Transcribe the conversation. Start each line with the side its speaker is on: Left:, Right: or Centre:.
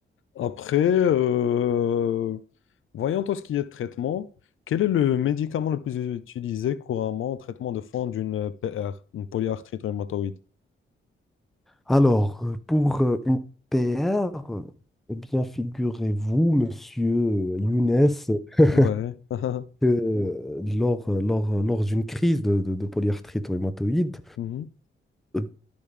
Left: Après, euh, voyons tout ce qui est traitement. Quel est le médicament le plus utilisé couramment en traitement de fond d'une PR, une polyarthrite rhumatoïde?
Centre: Alors, euh, pour euh, une PR, euh, eh bien, figurez-vous, monsieur euh, Younes, <laughs>
Left: Ouais. <laughs>
Centre: que euh, lors, euh, lors, euh, lors d'une crise de, de, de polyarthrite rhumatoïde,
Left: Mhm.
Centre: euh,